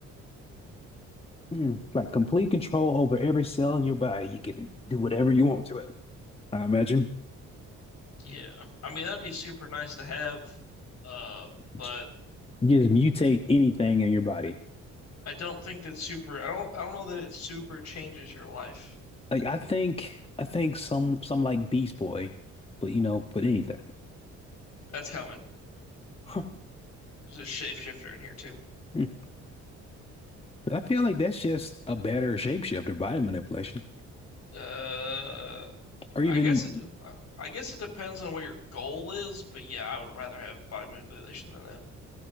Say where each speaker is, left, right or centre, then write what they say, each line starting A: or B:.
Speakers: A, on the left; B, on the left.
A: Mm, Like complete control over every cell in your body. You can do whatever you want to it. I imagine.
B: Yeah. I mean, that'd be super nice to have uh but
A: Just mutate anything in your body.
B: I don't think that's super I don't I don't know that it super changes your life.
A: Like I think I think some some like Beast Boy, but you know, but anything. <laughs>
B: That's coming.
A: Huh.
B: There's a shapeshifter in here too.
A: Hmm. But I feel like that's just a better shapeshifter body manipulation.
B: Uh,
A: or
B: I
A: even
B: guess it, I guess it depends on what your goal is, but yeah, I would rather have body manipulation than that.